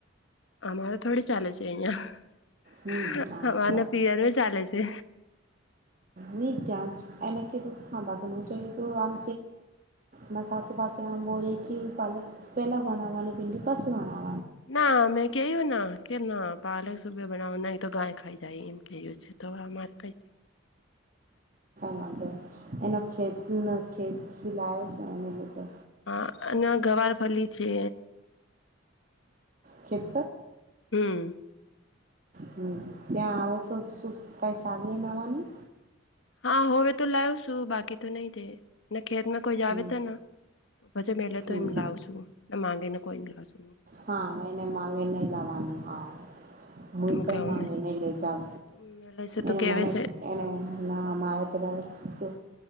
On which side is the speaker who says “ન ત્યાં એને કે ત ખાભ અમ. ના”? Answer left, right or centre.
Right